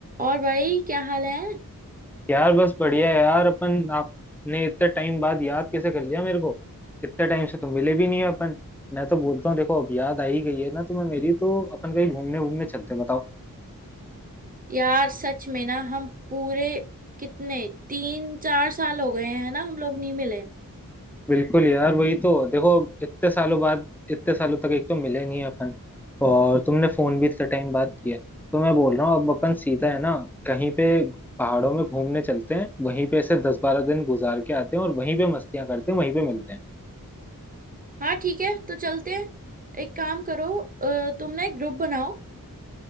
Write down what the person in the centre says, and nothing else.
यार बस बढ़िया है यार अपन आपने इतने टाइम बाद याद कैसे कर लिया मेरे को इतने टाइम से तो मिले भी नहीं है अपन मैं तो बोलता हूँ देखो अब याद आ ही गई है ना तुम्हें मेरी तो अपन कहीं घूमने घूमने चलते हैं, बताओ
बिल्कुल यार वही तो देखो इतने सालों बाद इतने सालों तक एक तो मिले नहीं है अपन और तुमने फोन भी इतने टाइम बाद किया है। तो मैं बोल रहा हूँ अब अपन सीधा है ना कहीं पे पहाड़ों में घूमने चलते हैं वहीं पे ऐसे दस बारह दिन गुजार के आते हैं और वहीं पे मस्तियां करते हैं वहीं पे मिलते हैं